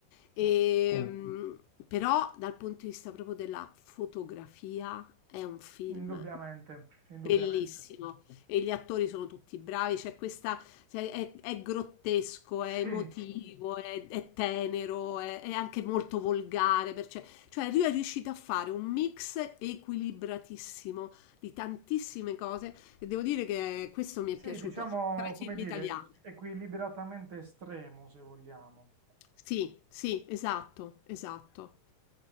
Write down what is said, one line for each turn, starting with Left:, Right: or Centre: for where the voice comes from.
Left: E,
Right: certo.
Left: mm. Però dal punto di vista proprio della fotografia è un film
Right: Indubbiamente, indubbiamente.
Left: Bellissimo. E gli attori sono tutti bravi, c'è questa, cioè, è, è grottesco,
Right: Sì,
Left: è emotivo, è, è tenero, è, è anche molto volgare, perché, cioè lui è riuscito a fare un mix equilibratissimo di tantissime cose e devo dire che questo mi
Right: sì,
Left: è piaciuto
Right: diciamo,
Left: tra i
Right: come
Left: film
Right: dire,
Left: italiani.
Right: equilibratamente estremo, se vogliamo.
Left: Sì, sì, esatto, esatto.